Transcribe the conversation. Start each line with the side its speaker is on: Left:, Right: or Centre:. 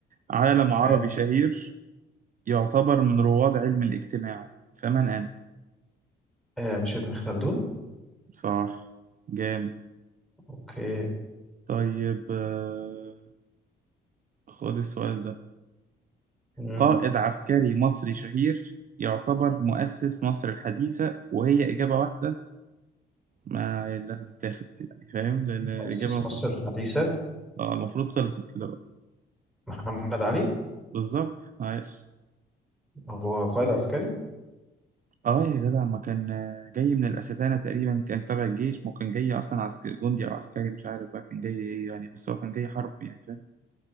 Right: عالم عربي
Centre: اه
Right: شهير يعتبر من رواد علم الاجتماع فمن انا
Centre: اه مش ابن خلدون
Right: صح جامد
Centre: اوكي
Right: طيب آه، خد السؤال ده
Centre: مم.
Right: قائد عسكري مصري شهير يعتبر مؤسس مصر الحديثة وهي إجابة واحدة ما اللي هتتاخد يعني فاهم لأن الإجابة
Centre: مؤسس
Right: المفروض
Centre: مصر الحديثه
Right: آه، المفروض خلصت كده بقى
Centre: محمد علي
Right: بالظبط عايش
Centre: هو قائد
Right: طيب
Centre: عسكري
Right: اه يا جدع ما كان آه، جاي من الاستانه تقريبا كان تبع الجيش ممكن جاي اصلا عسكري جندي او عسكري مش عارف بقى كان جاي ايه يعني بس هو كان جاي حرب يعني فاهم